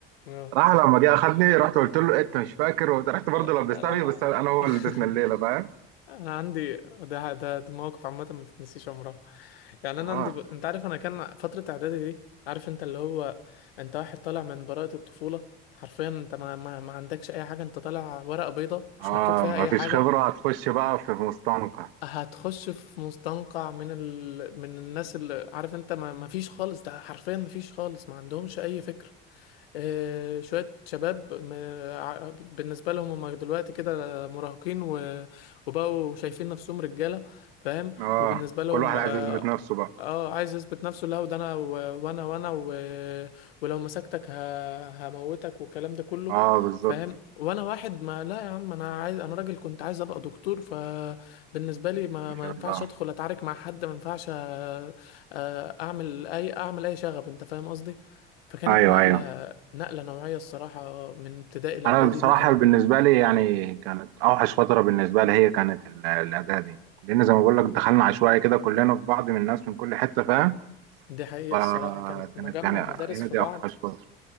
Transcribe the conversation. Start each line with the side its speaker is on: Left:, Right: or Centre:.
Left: اه
Right: راح لما جه اخدني رحت قلت له إيه، انت مش فاكر رحت برضه
Left: لا
Right: لبستها
Left: لا
Right: فيه
Left: انا
Right: بس انا هو
Left: <laughs>
Right: اللي لبسنا الليله فاهم
Left: انا عندي ده ده, ده مواقف عامه ما تتنسيش عمرها يعني انا
Right: اه
Left: عندي ب... انت عارف انا كان فتره اعدادي دي عارف انت اللي هو انت واحد طالع من براءه الطفوله حرفيا انت ما, ما, ما عندكش اي حاجه انت طالع ورقه بيضه
Right: اه
Left: مش مكتوب فيها
Right: مفيش
Left: اي حاجه
Right: خبره هتخش بقى في مستنقع
Left: هتخش في مستنقع من ال... من الناس اللي عارف انت ما ما فيش خالص ده حرفيا ما فيش خالص ما عندهمش اي فكرة آه، شوية شباب م- ع- بالنسبة لهم هم دلوقتي كده مراهقين و- وبقوا شايفين نفسهم رجالة فاهم
Right: اه
Left: وبالنسبة لهم
Right: كل واحد
Left: اه
Right: عايز يثبت نفسه بقى
Left: آه، عايز يثبت نفسه لا وده انا و- وانا وانا و... ولو مسكتك ه... هموتك والكلام ده كله
Right: اه بالظبط
Left: فاهم وانا واحد ما لا يا عم انا عايز انا راجل كنت عايز ابقى دكتور فبالنسبة لي ما
Right: ما
Left: ما
Right: شاء
Left: ينفعش
Right: الله
Left: ادخل اتعارك مع حد ما ينفعش آه، آه، اعمل اي اعمل اي شغب انت فاهم قصدي فكانت
Right: ايوه
Left: نقلة
Right: ايوه
Left: نقلة نوعية الصراحة من ابتدائي لإعدادي
Right: انا بصراحه
Left: دي كانت
Right: بالنسبه لي يعني كانت اوحش فتره بالنسبه لي هي كانت ال- الاداه دي لان زي ما بقول لك دخلنا عشوائي كده كلنا في بعض من الناس من كل حته فاهم
Left: دي حقيقة
Right: فكانت
Left: الصراحة كانت مجمع
Right: يعني
Left: مدارس في
Right: هي دي
Left: بعض
Right: اوحش فتره